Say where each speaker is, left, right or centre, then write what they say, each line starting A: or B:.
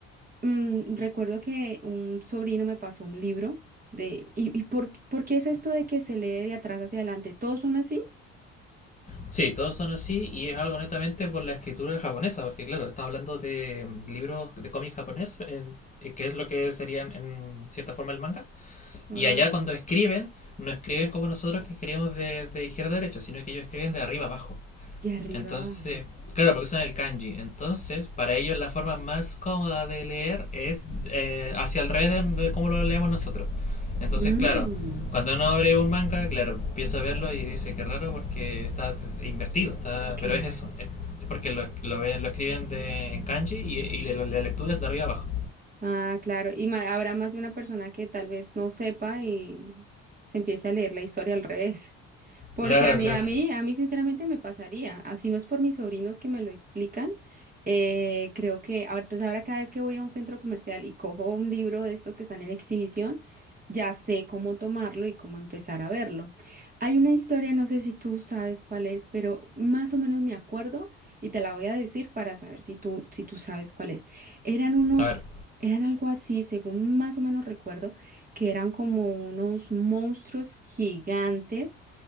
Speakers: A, on the right (about 30°); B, on the left (about 25°).
A: mm, recuerdo que un sobrino me pasó un libro de... ¿Y, y por, qué por qué es esto de que se lee de atrás hacia adelante? ¿Todos son así?
B: Sí, todos son así y es algo netamente por la escritura japonesa, porque claro, está hablando de mm, libros de cómic japonés, eh, que es lo que serían en cierta forma el manga.
A: Ah,
B: Y allá cuando escriben, no escriben como nosotros que escribimos de, de izquierda a derecha, sino que ellos escriben de arriba a abajo.
A: de arriba
B: Entonces,
A: abajo.
B: claro, porque son el kanji. Entonces, para ellos la forma más cómoda de leer es eh, hacia el revés de, de cómo lo leemos nosotros. Entonces,
A: Mm,
B: claro, cuando uno abre un manga, claro, empieza a verlo y dice que raro porque está invertido, está,
A: claro.
B: pero es eso, es porque lo, lo, lo escriben de, en kanji y, y la, la lectura es de arriba abajo.
A: Ah, claro. Y ma- habrá más de una persona que tal vez no sepa y se empiece a leer la historia al revés. Porque
B: Claro,
A: a mí,
B: claro.
A: a mí, a mí sinceramente me pasaría. Así no es por mis sobrinos que me lo explican. eh, creo que ahora, entonces ahora cada vez que voy a un centro comercial y cojo un libro de estos que están en exhibición, ya sé cómo tomarlo y cómo empezar a verlo. Hay una historia, no sé si tú sabes cuál es, pero más o menos me acuerdo y te la voy a decir para saber si tú, si tú sabes cuál es. Eran unos,
B: A ver,
A: eran algo así, según más o menos recuerdo, que eran como unos monstruos gigantes